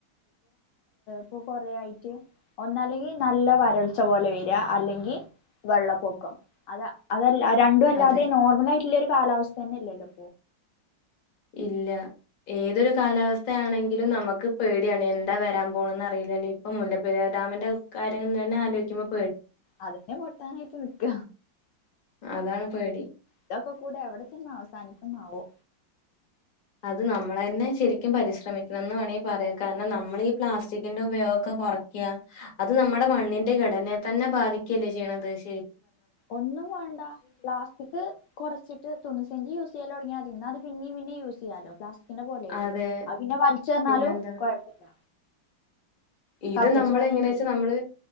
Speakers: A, on the left; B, on the left.
A: ഇപ്പ കൊറ ആായിട്ട് ഒന്നല്ലെങ്കിൽ നല്ല വരൾച്ച പോലെ വരി അല്ലെങ്കിൽ വെള്ളപ്പൊക്കം അത അതല്ല രണ്ടും അല്ലാതെ
B: അതെ
A: നോർമൽ ആയിട്ടുള്ള ഒരു കാലാവസ്ഥ തന്നെല്ലല്ലോ
B: ഇല്ല ഏതൊരു കാലാവസ്ഥയാണെങ്കിലും നമുക്ക് പേടിയാണ് എന്താ വരാൻ പോണന്ന് അറിയില്ല പി ഇപ്പൊ മുല്ലപ്പെരി ഡാമിന്റെ കാര്യങ്ങൾ തന്നെ ആലോിക്കുമ്പോൾ
A: അതെ പൊട്ടാനായിട്ട് നിക്ക
B: അതാണ് പേടി
A: ഇതൊക്കെ കൂടെ എവിടെ ചെന്ന് അവസാനിക്കുന്നാവോ
B: അത് നമ്മൾ തന്നെ ശരിക്കും പരിശ്രമിക്കണം എന്ന് വേണമെങ്കിൽ പറയാം കാരണം നമ്മൾ ഈ പ്ലാസ്റ്റിക്കിന്റെറെ ഉപയോഗ റക്ക അത് നമ്മുടെ മണ്ണിന്റെ ഘടനയ തന്നെ ബാധിക്കല്ലേ ചെയ്യണത് ശ
A: ഒന്നും വേണ്ട പ്ലാസ്റ്റിക് കുറച്ചിട്ട് തണിസഞ്ച് യൂസ് ചെയ്യല തുടങ്ങിയത് പിന്നേ പിന്നേ യൂസ് ചെയ്യാലോ പ്ലാസ്റ്റിക്കിന്റെ പോലെല്ലല്ലോ
B: അതെ
A: അ പിന്നെ വലിച്ചു തഞ്ഞാലും
B: പിന്നെന്താ
A: കുഴപ്പമില്ല
B: ഇത്
A: കത്തിച്ച്
B: നമ്മൾ
A: കളയും
B: എങ്ങനാെച്ച
A: ചെയ്യാം
B: നമ്മള്